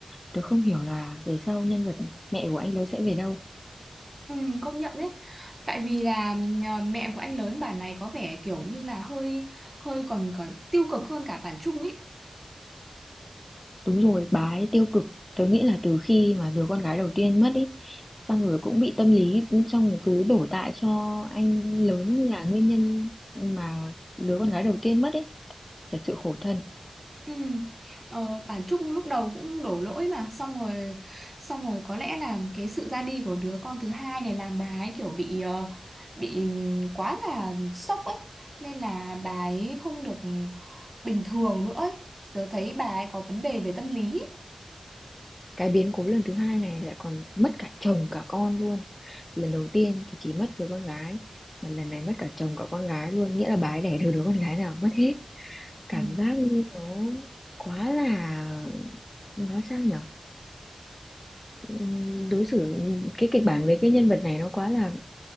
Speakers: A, on the left; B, on the right.
A: tớ không hiểu là về sau nhân vật mẹ của anh lớn sẽ về đâu
B: ừ, công nhận đấy tại vì là ờ, mẹ của anh lớn bản này có vẻ kiểu như là hơi hơi còn còn tiêu cực hơn cả bản Trung ý
A: đúng rồi bà ấy tiêu cực tớ nghĩ là từ khi mà đứa con gái đầu tiên mất ấy xong rồi cũng bị tâm lý xong rồi cứ đổ tại cho anh lớn là nguyên nhân mà đứa con gái đầu tiên mất ý thật sự khổ thân
B: Ừ. Ờ, bà Trúc lúc đầu cũng đổ lỗi mà xong rồi xong rồi có lẽ là cái sự ra đi của đứa con thứ hai này làm bà ấy kiểu bị ờ, bị ừm, quá là sốc ấy nên là bà ấy không được bình thường nữa ấy. Tớ thấy bà ấy có vấn đề về tâm lý ấy.
A: cái biến cố lần thứ hai này lại còn mất cả chồng cả con luôn lần đầu tiên thì chỉ mất đứa con gái mà lần này mất cả chồng cả con gái luôn nghĩa là bà ấy đẻ được đứa con gái nào mất hết cảm
B: Ừ.
A: giác như nó quá là nói sao nhở Ừm, đối xử cái kịch bản với cái nhân vật này nó quá là